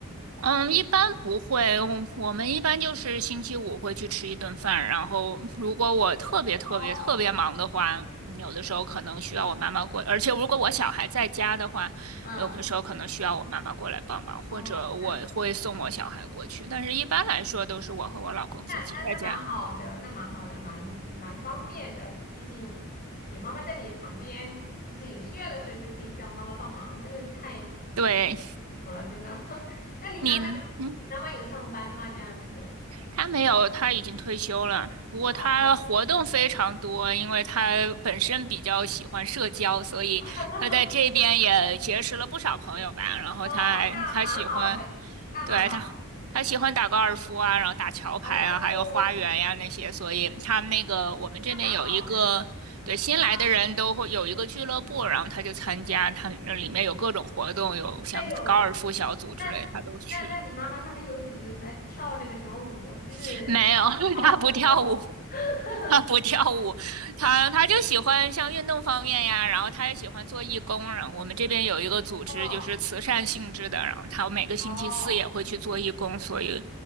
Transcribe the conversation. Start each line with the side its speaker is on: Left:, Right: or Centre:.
Right: 嗯，一般不会，我我们一般就是星期五会去吃一顿饭，然后如果我特别特别特别忙的话，
Left: 哦，
Right: 嗯有的时候可能需要我妈妈过，而且如果我小孩在家的话，
Left: 嗯，
Right: 有的时候可能需要我妈妈过来帮忙，或者我会送我小孩过去，
Left: 哦，那。
Right: 但是一般来说都是我和我老公自己在家。
Left: 那那那蛮好的，那蛮好的，蛮蛮方便的。毕竟有妈妈在你旁边，就是有需要的时候就可以让妈妈帮忙，真的是太
Right: 对，
Left: 服了，真的。<laughs> 那你妈妈有你妈妈有上班吗？
Right: 您。嗯
Left: 这样子？
Right: 他没有，他已经退休了。不过他活动非常多，
Left: 哦
Right: 因为他本身比较喜欢社交，所以他在这边也结识了不少朋友吧。
Left: <laughs>
Right: 然后他还他喜欢，
Left: 哦，那蛮好的，那蛮好。
Right: 对他他喜欢打高尔夫啊，然后打桥牌啊，
Left: 哦，
Right: 还有花园呀、那些。所以他们那个我们这边有一个，
Left: 那蛮好的。
Right: 对新来的人都会有一个俱乐部，
Left: 啊，
Right: 然后他就参加，他里面有各种活动，有像高尔夫小组之类，
Left: 那有那
Right: 他都去。
Left: 那那你妈妈他们有组织来跳那个什么舞，就是广场舞。
Right: <laughs> 没有，<laughs> 他不跳舞。
Left: <laughs>
Right: 他不跳舞，他他就喜欢像运动方面呀，然后他也喜欢做义工。然后我们这边有一个组织，
Left: 哦
Right: 就是慈善性质的，然后他每个星期四也会去做义工，
Left: 哦，
Right: 所以，